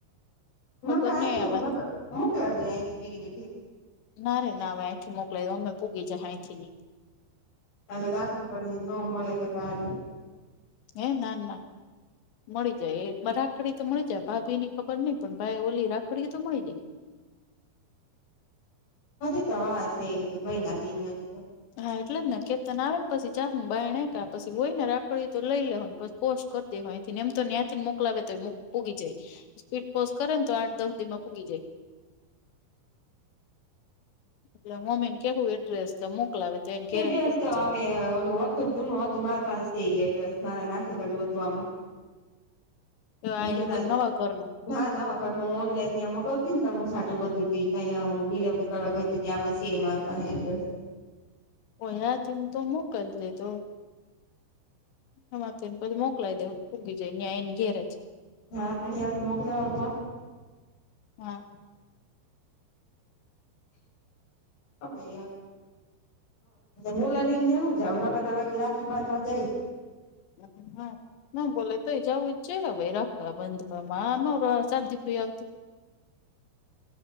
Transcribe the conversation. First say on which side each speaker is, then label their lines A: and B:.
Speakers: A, on the left; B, on the left.
A: ન
B: ખબર
A: ક આહીંથી
B: નઈ હવે
A: મોકલાગહીંથી <unintelligible>
B: ના રે ના હવે અહીંથી મોકલાઈ દો અમે ભૂગી જ અંથી બી
A: અલ્ દાખલી બ નમલ તોલે <unintelligible>
B: હે ના ના. મળી જાય એ રાખડી તો મળી જાય ભાભી ની ખબર નઈ પણ ભાઈ ઓલી રાખડી તો મળી જાય.
A: હ તો વા સેમ તો મહિના દિન તો.
B: હા એટલે જ ને કેતન આવેને પછી ચ હું બાય પછી હોય ને રાખડી તો લઈ લેને પછ. પોસ્ટ કરતી હોયથીને એમ તો ત્યાં થીને મોકલાવે તો એ પૂગી જાય. સ્પીડ પોઝ કરે ને તો આઠ દસ દિ માં પૂગી જાય.
A: હમ.
B: એલે મમ્મીને કેવું એડ્રેસ મોકલાવે. તો એને ઘેરે
A: એડ્રેસ
B: જ પૂગી
A: તો
B: જાય
A: હવે ઓલું હતું જુનું હતું મારી પાસે એ એડ્રેસ મારે નાખ ગયેલું હતું આમાં
B: કે
A: હું
B: અહીં
A: પેલા
B: નવા કર ન.
A: ના ના વખર હું ઓનલાઈન ત્યાંયા મગાવતી ને ત હું સાઠું બધું ત તં ડિલેવરી. ત આમાં સેમાંપાય.
B: ઓ હયાંથીને તો મોકલ દેતો. હમાં તોને પછી મોકલાઈ દવ ભૂગી જાય ન્યાં એને ઘેરે
A: હા <inaudible> હત મોકલાવે
B: હા.
A: અમે બોલાનીને હું જાવ નખર <unintelligible> બાંધવા જાય.
B: <unintelligible> ના બોલે તોય જવું જ છે ભાઈ રખડ બંધમાં નદી ફ આવતું.